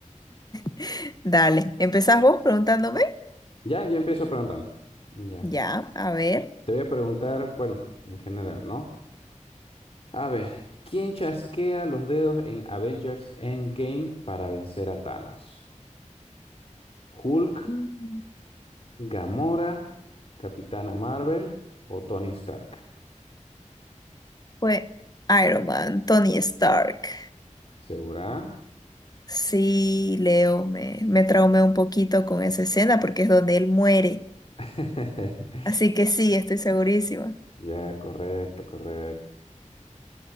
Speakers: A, on the left; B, on the left.
A: <laughs> Dale, ¿empezás vos preguntándome?
B: Ya, yo empiezo preguntando. Ya.
A: Ya, a ver.
B: Te voy a preguntar, bueno, en general, ¿no? A ver, ¿quién chasquea los dedos en Avengers Endgame para vencer a Thanos? ¿Hulk?
A: Mm,
B: Gamora, Capitana Marvel o Tony Stark.
A: Fue Iron Man, Tony Stark.
B: ¿Segura?
A: Sí, Leo, me, me traumé un poquito con esa escena porque es donde él muere.
B: <laughs>
A: Así que sí, estoy segurísima.
B: Ya, correcto, correcto.